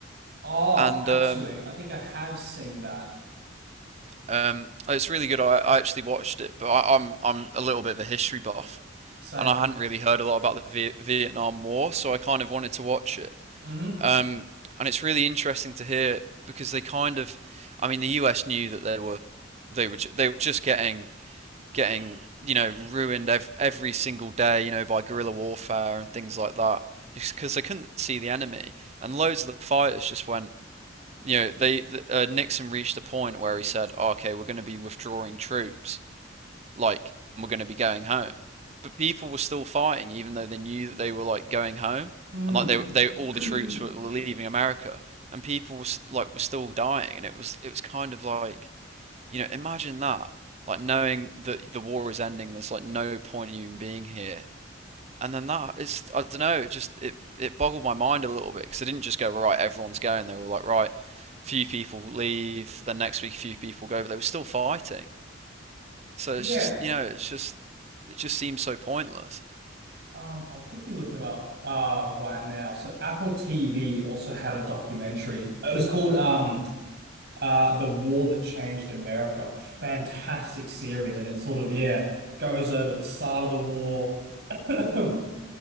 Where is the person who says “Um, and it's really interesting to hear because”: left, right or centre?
Right